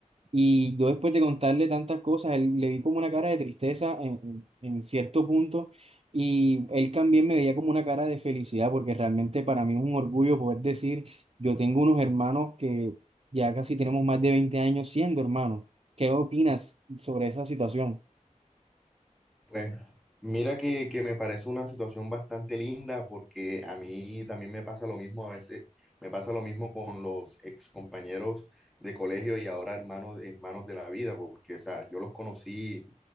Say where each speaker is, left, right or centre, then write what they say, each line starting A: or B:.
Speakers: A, on the right; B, in the centre.
A: Y yo después de contarle tantas cosas, él, le vi como una cara de tristeza en, en- en cierto punto y él también me veía como una cara de felicidad porque realmente para mí es un orgullo poder decir, yo tengo unos hermanos que ya casi tenemos más de 20 años siendo hermanos. ¿Qué opinas sobre esa situación?
B: Pues mira que, que me parece una situación bastante linda porque a mí también me pasa lo mismo a veces, me pasa lo mismo con los ex compañeros de colegio y ahora hermanos, hermanos de la vida, porque o sea, yo los conocí